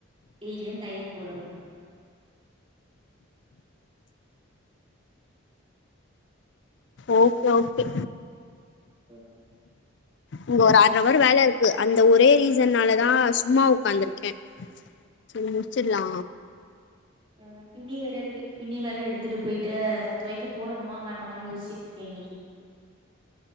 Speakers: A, on the right; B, on the left.
A: டெய்லியும் தயிர் போடணு
B: ஓகே ஓகே
A: பா
B: இங்க ஒரு அர அவர் வேல இருக்கு அந்த ஒரே ரீசனாலதா சும்மா ஒக்காந்துருக்கே சொ இத முடிச்சிட்லா
A: ஆ துணி வேற இருக்கு துணி வேற எடுத்துட்டு போயிட்டு தோய்க்க போடணுமா வேணாமான்னு யோஸ்சிட்டுருக்கே இன்னிக்கு